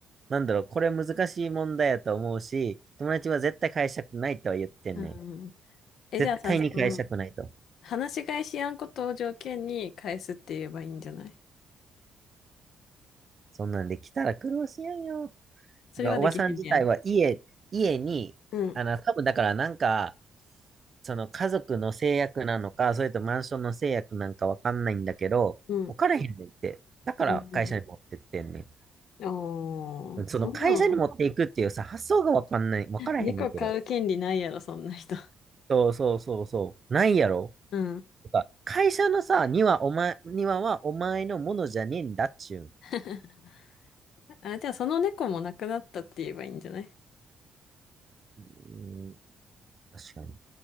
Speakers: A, on the right; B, on the left.
A: なんだろう、これ難しい問題やと思うし、友達は絶対返したくないとは言ってんねん。
B: うん。え、
A: 絶対に返したくないと。
B: じゃあさ、その、話し返しやんことを条件に返すって言えばいいんじゃない
A: そんなんで来たら苦労しやんよ。
B: それはできへんねや。
A: おばさん自体は家、家に、
B: うん。
A: あの、多分だからなんか、その家族の制約なのか、それとマンションの制約なんかわかんないんだけど、
B: うん。
A: 置かれへんねんって。だから会社に持ってってんね
B: うん。うんおー、
A: ん。
B: そんなん、
A: その会社に持っていくっていうさ、発想がわかんない、わからへんねんけど。
B: 猫飼う権利ないやろ、そんな人。
A: そうそうそうそう。ないやろ
B: うん。
A: とか、会社のさ、庭お前、庭はお前のものじゃねえんだっちゅう。
B: <laughs> あ、じゃあその猫も亡くなったって言えばいいんじゃない
A: うん、確かに。